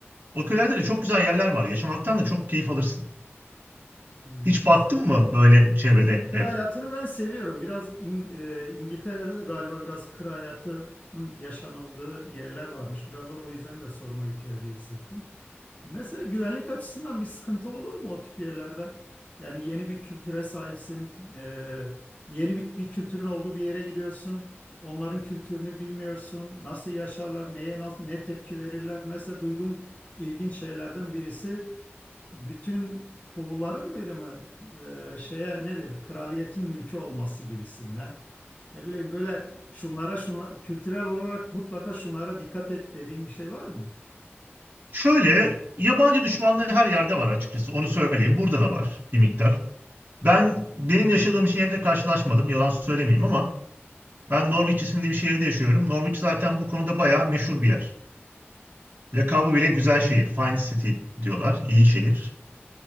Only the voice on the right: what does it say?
O köylerde de çok güzel yerler var. Yaşamaktan da çok keyif alırsın.
Hiç
baktın mı böyle çevrede
ev?
Şöyle, yabancı düşmanlığı her yerde var açıkçası. Onu söyleyeyim. Burada da var bir miktar. Ben benim yaşadığım şehirde karşılaşmadım. Yalan söylemeyeyim ama ben Norwich isimli bir şehirde yaşıyorum. Norwich zaten bu konuda bayağı meşhur bir yer. Lakabı bile güzel şehir. Fine City diyorlar. iyi şehir.